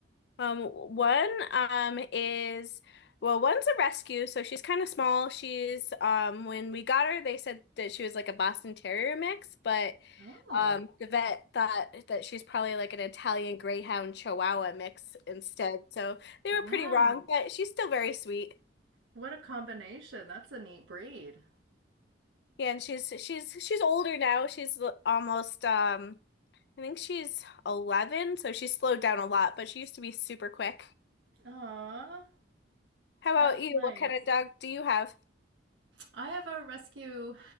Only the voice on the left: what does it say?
Um, one um is well, one's a rescue, so she's kind of small. She's um when we got her, they said that she was like a Boston Terrier mix, but
um the vet thought that she's probably like an Italian Greyhound Chihuahua mix instead. So they
were pretty wrong, but she's still very sweet.
Yeah, and she's she's she's older now. She's l- almost um I think she's 11, so she's slowed down a lot, but she used to be super quick.
How about
you?
What kind of dog do you have?